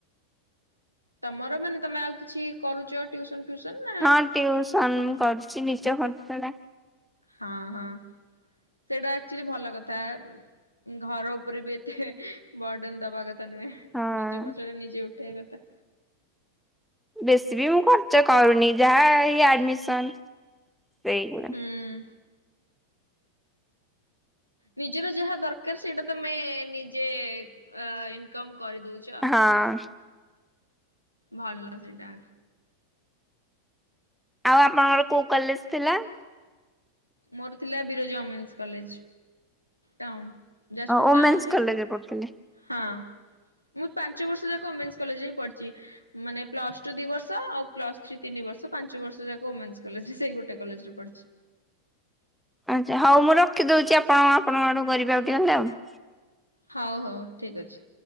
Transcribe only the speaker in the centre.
ହଁ ଟ୍ୟିଉସନ ମୁଁ କରୁଚି ନିଜ ଖର୍ଚଟା।
ହଁ।
ବେଶୀ ବି ମୁଁ ଖର୍ଚ୍ଚ କରୁନି ଯାହା ଏଇ ଆଡମିସନ୍ ସେଇଗୁଡା।
ହଁ।
ଆଉ ଆପଣଙ୍କର କୋଉ କଲେଜ ଥିଲା?
ଓମେନ୍ସ
କଲେଜରେ ପଢୁଥିଲେ।
ଆଚ୍ଛା ହୋଉ ମୁଁ ରଖିଦୋଉଚି। ଆପଣ ଆପଣଙ୍କ ଆଡକୁ କରିବେ ଆଉ ଟିକେ ଗଲେ ଆଉ।